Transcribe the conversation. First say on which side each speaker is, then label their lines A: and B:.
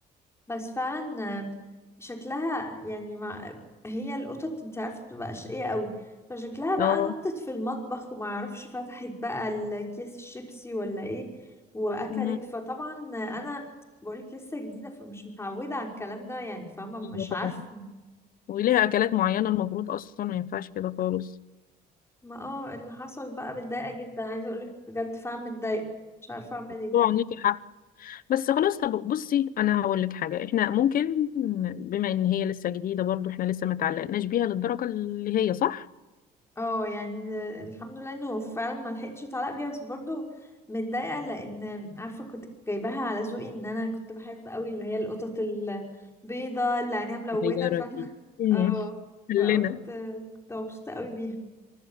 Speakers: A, on the left (about 15°); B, on the left (about 55°).
A: بس فعلا آه، شكلها يعني مع هي القطط انت عارفه بتبقى اشقيه قوي فشكلها بقى
B: اه
A: نطت في المطبخ وما اعرفش فتحت بقى الكيس الشيبسي ولا ايه واكلت
B: مم،
A: فطبعا انا بقولك لسه جديده فمش متعوده على الكلام ده يعني فاهمه مش
B: ايوه طبعا
A: عارفه
B: وليها اكلات معينه المفروض اصلا ما ينفعش كده خالص
A: ما اه اللي حصل بقى متضايقه جدا عايزه اقولك بجد فعلا متضايقه مش عارفه اعمل ايه
B: طبعا ليكي حق بس خلاص طب بصي انا هقول لك حاجه احنا ممكن بما ان هي لسه جديده برضو احنا لسه ما تعلقناش بيها للدرجه اللي هي صح
A: اه يعني ال- الحمد لله انه فعلا ما لحقتش اتعلق بيها بس برضو متضايقه لان عارفه كنت جايباها على ذوقي ان انا كنت بحب قوي اللي هي القطط البيضه اللي عينيها ملونه
B: الصغيرة
A: فانا
B: دي
A: <laughs>
B: مم.
A: اه
B: خلينا
A: فقلت كنت مبسوطه قوي بيها